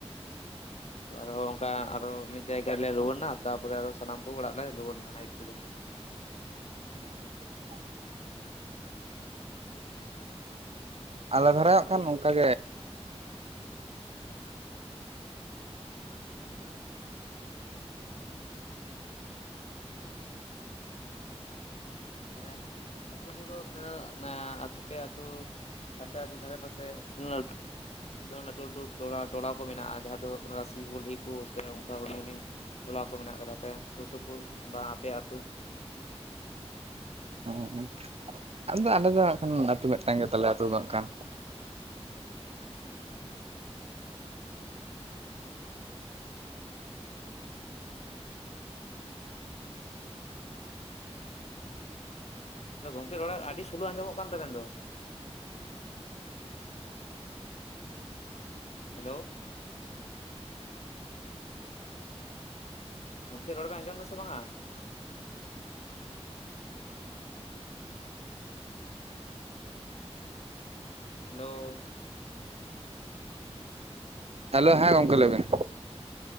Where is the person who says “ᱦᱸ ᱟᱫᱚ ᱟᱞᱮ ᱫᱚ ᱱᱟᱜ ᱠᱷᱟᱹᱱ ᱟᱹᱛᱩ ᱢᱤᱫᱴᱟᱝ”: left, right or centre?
Right